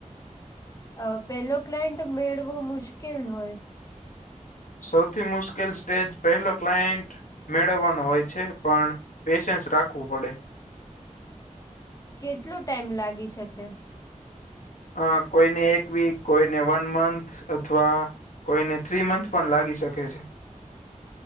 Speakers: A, on the left (about 25°); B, on the left (about 70°).
A: અ પેલો ક્લાયન્ટ મેળવો મુશ્કેલ હોય.
B: સૌથી મુશ્કેલ સ્ટેજ પહેલો ક્લાયન્ટ મેળવવાનો હોય છે પણ પેશન્સ રાખવું પડે.
A: કેટલો ટાઈમ લાગી શકે
B: અ કોઈને એક વીક કોઈને વન મંથ અથવા કોઈને થ્રી મંથ પણ લાગી શકે છે.